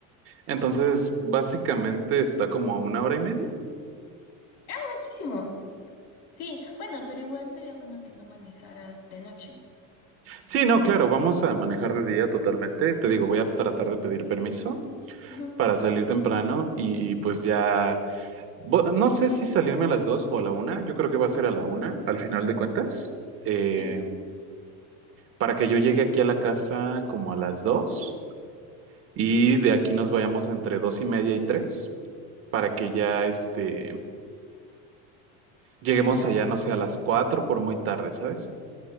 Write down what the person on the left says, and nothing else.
Ah, buenísimo. Sí, bueno, pero igual sería bueno que no manejaras de noche.
Ujú,
Sí.